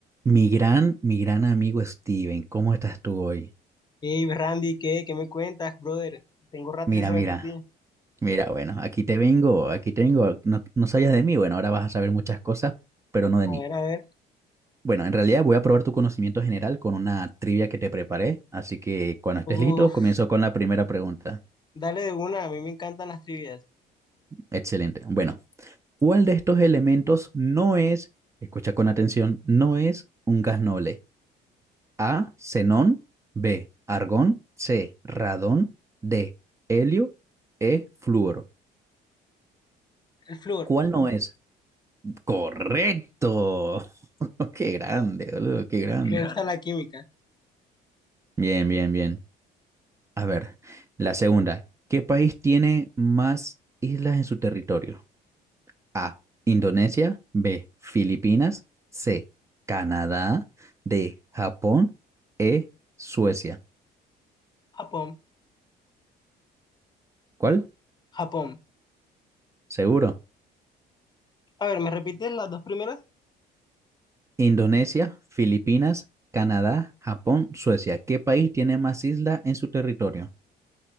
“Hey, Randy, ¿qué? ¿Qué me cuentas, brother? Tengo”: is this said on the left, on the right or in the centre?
Left